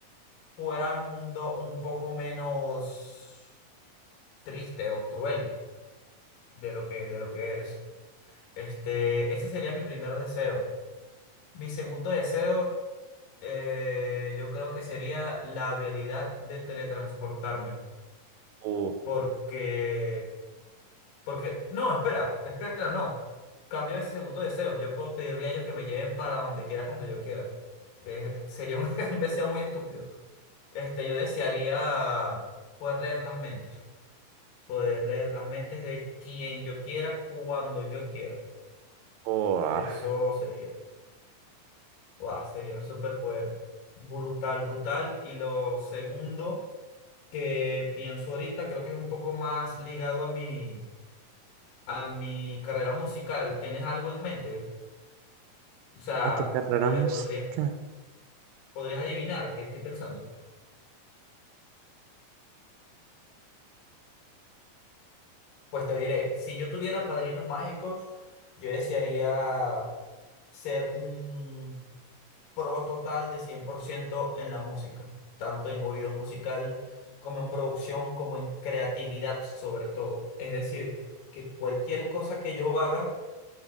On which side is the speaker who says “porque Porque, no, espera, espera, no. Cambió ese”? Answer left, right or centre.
Left